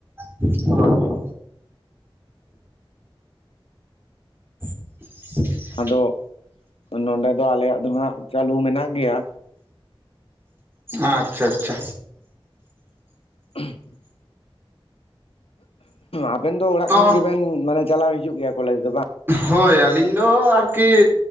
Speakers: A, on the right; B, on the left.
A: <unintelligible> <unintelligible>
B: ᱟᱫᱚ ᱱᱚᱰᱮ ᱫᱚ ᱟᱞᱮᱭᱟᱜ ᱫᱚ ᱦᱟᱸᱜ ᱪᱟᱹᱞᱩ ᱢᱮᱱᱟᱜ ᱜᱮᱭᱟ᱾
A: ᱟᱪᱪᱷᱟ ᱟᱪᱪᱷᱟ
B: <inaudible> ᱟᱵᱮᱱ ᱫᱚ ᱚᱲᱟᱜ
A: ᱛᱚ
B: ᱠᱷᱚᱱ ᱜᱮᱵᱮᱱ ᱢᱟᱱᱮ ᱪᱟᱞᱟᱣ ᱦᱤᱡᱩᱜ ᱜᱮᱭᱟ ᱠᱚᱞᱮᱡᱽ ᱫᱚ?
A: ᱦᱳᱭ ᱟᱹᱞᱤᱧ ᱫᱚ ᱟᱨᱠᱤ